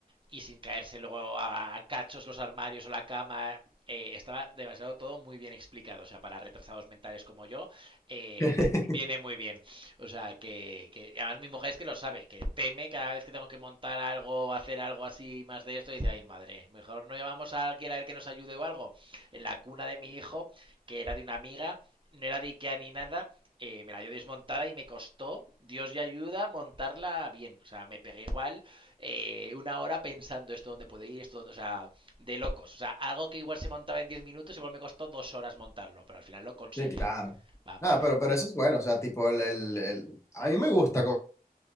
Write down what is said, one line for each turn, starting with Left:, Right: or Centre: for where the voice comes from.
Right: y sin caerse luego a cachos los armarios o la cama. Eh, estaba demasiado todo muy bien explicado. O sea, para retrasados mentales como yo, eh,
Left: <laughs>
Right: viene muy bien. O sea, que, que, además mi mujer es que lo sabe, que teme cada vez que tengo que montar algo, hacer algo así más de esto, y dice, ay madre, mejor no llamamos a alguien a ver que nos ayude o algo. En la cuna de mi hijo, que era de una amiga, no era de Ikea ni nada, eh, me la dio desmontada y me costó, Dios y ayuda, montarla bien. O sea, me pegué igual eh, una hora pensando esto dónde puede ir, esto dónde, o sea, de locos. O sea, algo que igual se montaba en 10 minutos, igual me costó dos horas montarlo, pero al final lo conseguí.
Left: Sí, claro.
Right: Vamos
Left: Nada,
Right: ahí,
Left: pero, pero eso es bueno, o sea, tipo, el, el, el- a mí me gusta